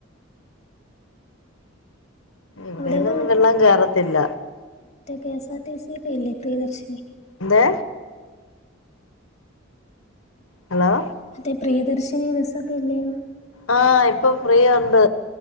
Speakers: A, on the left (about 85°); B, on the left (about 35°).
A: എവിടെന്നും
B: അവിടെയൊക്കെ
A: വെള്ളം കേറത്തില്ല
B: കേസാക്ക് ഇല്ലക് ദർശന
A: എന്തെ ഹലോ
B: മറ്റേ പ്രിയദർശിനി ബസൊക്കെ ഇല്ലേ
A: ആഹ് ഇപ്പൊ ഫ്രീ ഉണ്ട്